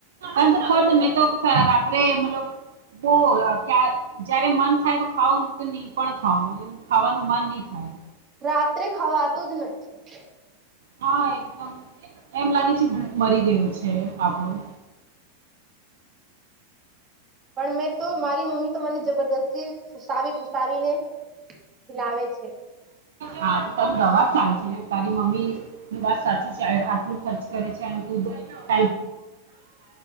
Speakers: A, on the right (about 60°); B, on the right (about 25°).
A: અંત ખ મેં તો રાત્રે મતલબ બહુ જયારે મન થાય તો ખાાવ ને તો નહી પણ ખાવ એ ખાવાનું માન નહ થાય
B: રાત્રે ખાવાતું જ નથી
A: હા એકદમ એમ લાગે છે ભૂખ મરી ગયું છે આપણું
B: પણ મેં તો મારી મમ્મી તો મને જબરદસ્તી ફઠુસાવીઠસાવીને ખિલાવે છે
A: હા તો તારું દવા જ ચાલે છેને તારી મમ્મી ન વાત સાચું છે આટલું ખર્ચ કર ટવા થ